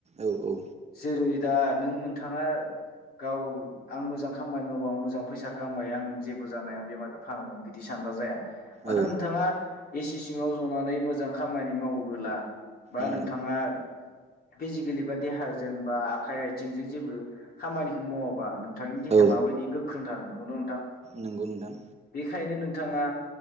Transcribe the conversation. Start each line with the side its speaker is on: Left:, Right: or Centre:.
Right: औ औ
Left: जेरै दा नों नोंथाङा गाव आं मोजां खामानि मावा आं मोजां फैसा खामायो आं जेबो जानाया आं बेमारखौ फाहागोन बिदि सानबा जाया मानो
Right: औ
Left: नोंथाङा एसि सिङाव जनानै मोजां खामानि मावोबोला बा
Right: उम
Left: नोंथाङा
Right: औ
Left: फिजिकेलि बा देहाजों बा आखाइ आथिंजों जेबो खामानिखौ मावाबा नों नोंथांनि देहाया
Right: औ
Left: माबायदि गो ख्रों थानो नंगौना नोंथां
Right: नंगौ नोंथां
Left: बेखायनो नोंथाङा